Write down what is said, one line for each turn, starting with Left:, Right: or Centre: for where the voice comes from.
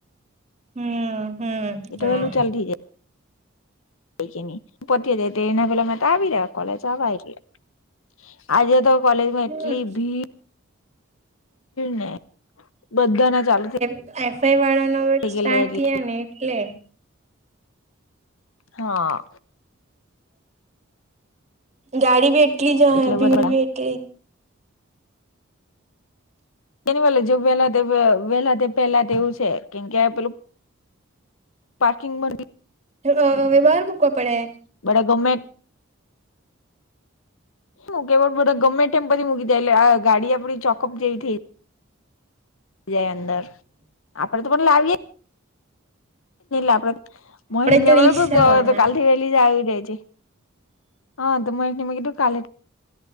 Right: હમ હમ
Left: એ તો
Right: હા
Left: વેલું ચાલતી જાય <unintelligible> આજે તો કોલેજમાં
Right: હમ
Left: એટલી ભીડ ને બધા ના ચાલુ
Right: એફવાઈ વાળા નો
Left: થઈ
Right: સ્ટાર્ટ
Left: ગયેલા એટલે
Right: થીયા ને એટલે
Left: હા
Right: ગાડી ભી એટલી જ અહે
Left: એટલે બધા
Right: ભીડ ભી એટલી
Left: તેની પેલે જો વેલા વહેલા પહેલા તેવું છે કેમકે પેલું પાર્કિંગમાં
Right: એતો હવે બહાર મૂકવા પડે
Left: બધા ગમે હ કે ગમે તેમ પહિ મૂકી જાય ગાડી આપડી ચોકઅપ જેવી થઈ જ અંદર આપડે તો પણ લાવીએે આપડે
Right: તો રિક્ષા વાળા
Left: <unintelligible> કાલ થી વહેલી જ આવી રે જે હા તો મહેક ને મેં કીધું કાલે